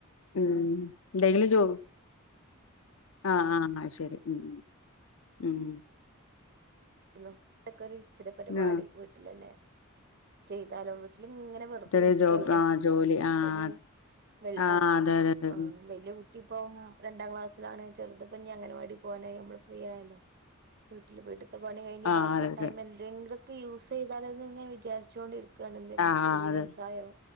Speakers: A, on the left; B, on the right.
A: ഉം എന്തെങ്കിലും ജോ ആഹ് ആഹ് ശെരി ഉം ഉം ഉം
B: <unintelligible> ഇച്ചരെ പരിപാടി
A: ആഹ്
B: വീട്ടിലന്നെ ചെയ്താലും വി ട്ടില ഇങ്ങനെ വെറുതെ
A: ചെറിയ
B: ഇരിക്കല്ലേ
A: ജോബ് ആഹ് ജോലി ആഹ്
B: പനി
A: ആഹ്
B: ആ
A: അതെ അതെ അതെ
B: ആ
A: ഉം
B: വല്യ കുട്ട ട്ടിപ്പോം രണ്ടാം ക്ലാസ്സിലാണ് ചെറുത്തിപ്പോ ഇനി അങ്ങനവാടി പോകാനായി നമ്മള് ഫ്രീ ആയ ലോ വീട്ടില് വീട് ത്താ പണി കയിഞ്ഞ്
A: ആഹ്
B: ബാക്കിള്ള
A: അതെ അതെ
B: ടൈം എന്തെങ്കിലും യൂസ് ചെയ്താലോന്ന് ഇങ്ങനെ വിചാരിച്ചൊണ്ടിരി ക്കാണ് എന്തെങ്കി
A: ആഹ്
B: കുടിൽ
A: അതെ
B: വ്യവസായോ